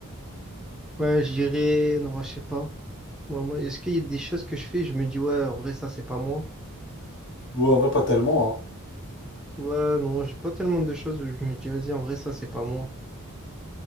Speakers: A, in the centre; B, on the left (about 55°).
A: Ouais, je dirais... Non, je sais pas. Moi, moi, est-ce qu'il y a des choses que je fais, je me dis, ouais, en vrai, ça, c'est pas moi.
B: Ouais, en vrai, pas tellement,
A: Ouais, non, j'ai pas tellement de choses où je me dis, vas-y, en vrai, ça, c'est pas moi.